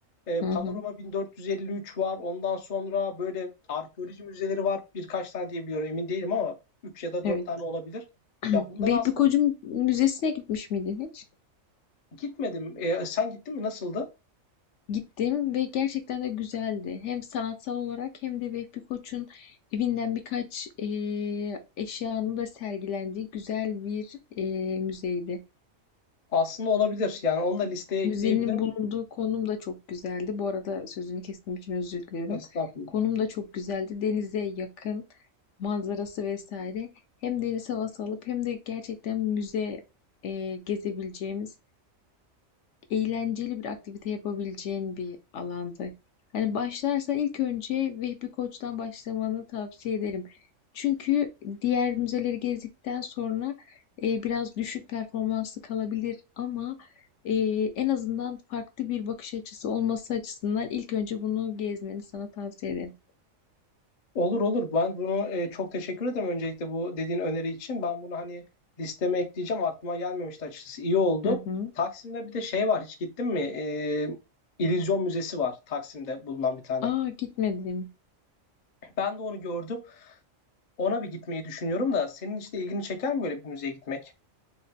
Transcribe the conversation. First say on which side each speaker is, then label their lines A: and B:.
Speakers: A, on the left (about 50°); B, on the left (about 65°).
A: E,
B: hı hı,
A: Panorama 1453 var. Ondan sonra böyle arkeoloji müzeleri var. Birkaç tane diyebiliyorum emin değilim ama 3 ya da
B: evet.
A: 4 tane olabilir.
B: <clears throat>
A: Ya bunlara
B: Vehbi
A: aslında
B: Koç'un
A: bir
B: müzesine gitmiş miydin hiç?
A: gitmedim. E, sen gittin mi? Nasıldı?
B: Gittim ve gerçekten de güzeldi. Hem sanatsal olarak hem de Vehbi Koç'un evinden birkaç eee eşyanın da sergilendiği güzel bir eee, müzeydi.
A: Aslında olabilir. Yani onu da listeye
B: Müzenin
A: ekleyebilirim.
B: bulunduğu konum da çok güzeldi. Bu arada sözünü kestiğim için özür diliyorum.
A: Estağfurullah.
B: Konum da çok güzeldi. Denize yakın, manzarası vesaire. Hem deniz havası alıp hem de gerçekten müze eee, gezebileceğimiz eğlenceli bir aktivite yapabileceğin bir alanda. Hani başlarsan ilk önce Vehbi Koç'tan başlamanı tavsiye ederim. Çünkü diğer müzeleri gezdikten sonra e, biraz düşük performanslı kalabilir ama e, en azından farklı bir bakış açısı olması açısından ilk önce bunu gezmeni sana tavsiye ederim.
A: Olur olur. Ben bunu e, çok teşekkür ederim öncelikle bu dediğin öneri için. Ben bunu hani listeme ekleyeceğim. Aklıma gelmemişti açıkçası. İyi oldu.
B: Hı hı.
A: Taksim'de bir de şey var. Hiç gittin mi? E, İllüzyon Müzesi var. Taksim'de bulunan bir tane.
B: Aa gitmedim.
A: Ben de onu gördüm. Ona bir gitmeyi düşünüyorum da senin işte ilgini çeker mi böyle bir müzeye gitmek?